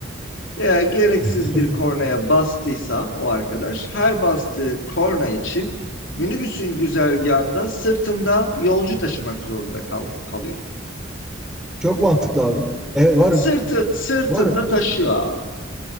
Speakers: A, on the left; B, in the centre.
A: Eğer gereksiz
B: <laughs>
A: bir kornaya bastıysa o arkadaş her bastığı korna için minibüsün güzergahında sırtında yolcu taşımak zorunda kal kalıyor.
B: Çok mantıklı abi. Evet varım.
A: Sırtı sırtında
B: Varım.
A: taşıyor abi.